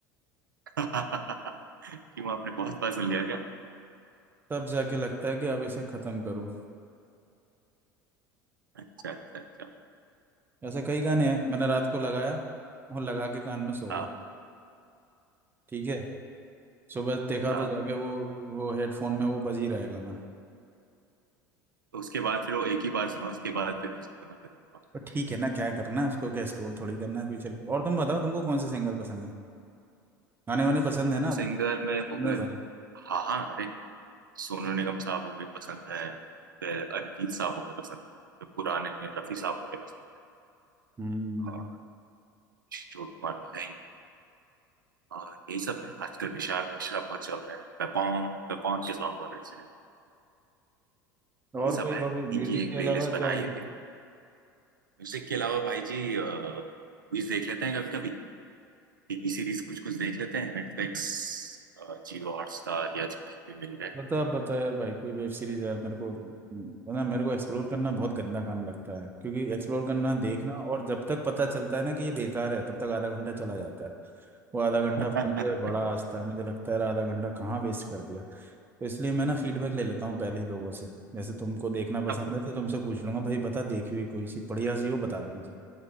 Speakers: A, on the right; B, on the right.
A: क्यों आपने बहुत बार सुन लिया क्या
B: तब जाके लगता है कि अब इसे खत्म करो
A: अच्छा अच्छा अच्छा
B: ऐसे कई गाने हैं मैंने रात को लगाया और लगा के कान में सो
A: हाँ
B: गया ठीक है सुबह देखा
A: हाँ
B: तो जाके वो वो हेडफोन में वो बज ही रहा है गाना
A: तो उसके बाद फिर वो एक ही बार सुना उसके बाद फिर नहीं सुना फिर
B: तो ठीक है ना क्या करना है उसको क्या स्टोर थोड़ी करना है फ्यूचर और तुम बताओ तुमको कौन से सिंगर पसंद है गाने वाने पसंद है ना अब
A: सिंगर में हो
B: मेरे
A: गए
B: भाई
A: हाँ हाँ अरे सोनू निगम साहब हो गए पसंद है फिर अरिजीत साहब हो गए पसंद फिर पुराने में रफी साहब हो गए पसंद
B: हम्म
A: है और किशोर कुमार तो है ही और यही सब है आजकल विशाल मिश्रा बहुत चल रहा है पेपॉन पेपॉन के सॉन्ग बहुत अच्छे हैं यही
B: और
A: सब
B: कोई
A: है
B: हॉबी
A: इन्हीं
B: म्यूजिक
A: की एक
B: के
A: प्लेलिस्ट
B: अलावा
A: बनाई
B: क्या है
A: हुई है म्यूजिक के अलावा भाई जी मूवीज देख लेते हैं कभी कभी टीवी सीरीज कुछ कुछ देख लेते हैं नेटफ्लिक्स जियो हॉटस्टार या कहीं भी मिल जाए
B: बता बता यार भाई कोई वेब सीरीज यार मेरे को ना मेरे को एक्सप्लोर करना बहुत गंदा काम लगता है क्योंकि एक्सप्लोर करना देखना और जब तक पता चलता है ना कि ये बेकार है तब तक आधा घंटा चला जाता है वो आधा घंटा
A: <laughs>
B: अपना मुझे बड़ा आस्था है मुझे लगता है यार आधा घंटा कहाँ वेस्ट कर दिया तो इसलिए मैं ना फीडबैक ले लेता हूँ पहले ही लोगों से जैसे तुमको देखना पसंद
A: आपको
B: है तो तुमसे पूछ लूंगा भाई बता देखी हुई कोई सी बढ़िया सी हो बता दो मुझे